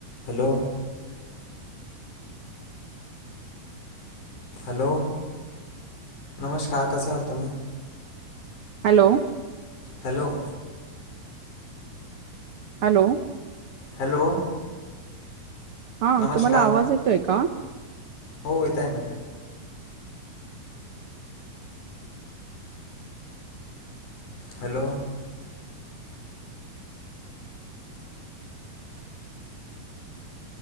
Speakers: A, on the left; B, on the right.
A: Hello <inaudible> hello, नमस्कार कसे आहात तुम्ही.
B: हॅलो
A: हॅलो,
B: हॅलो,
A: हॅलो,
B: हा
A: नमस्कार
B: तुम्हाला आवाज येतोय का?
A: हो येत आहे ना हॅलो,